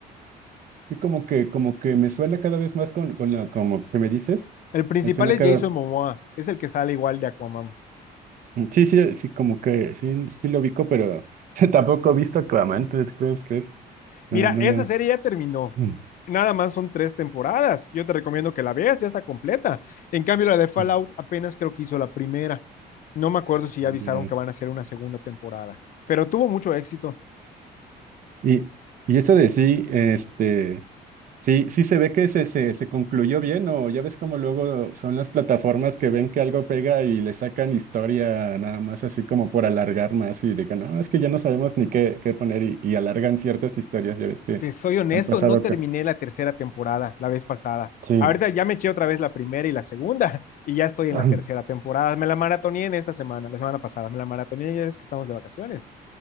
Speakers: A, on the right; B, on the left.
A: que como que, como que me suena cada vez más con, con la, como que me dices,
B: El principal
A: me suena
B: es
A: cada,
B: Jason Momoa, es el que sale igual de Aquaman.
A: sí, sí, sí, como que, sí, sí lo ubico, pero <laughs> tampoco he visto Aquaman, ¿te puedes creer? No,
B: Mira,
A: no,
B: esa
A: no.
B: serie ya terminó.
A: Mm,
B: Nada más son tres temporadas. Yo te recomiendo que la veas, ya está completa. En cambio, la de Fallout
A: mm,
B: apenas creo que hizo la primera. No me acuerdo si ya avisaron
A: ya.
B: que van a hacer una segunda temporada, pero tuvo mucho éxito.
A: Y, y eso de sí, este... Sí, sí se ve que se, se, se concluyó bien, o ya ves como luego son las plataformas que ven que algo pega y le sacan historia nada más así como por alargar más y digan, no, es que ya no sabemos ni qué, qué poner y, y alargan ciertas historias, ya ves que
B: Te soy honesto,
A: han pasado
B: no terminé
A: acá.
B: la tercera temporada la vez pasada.
A: Sí,
B: Ahorita ya me eché otra vez la primera y la segunda y ya estoy
A: <clears throat>
B: en la tercera temporada. Me la maratoné en esta semana, la semana pasada, me la maratoné ya es que estamos de vacaciones.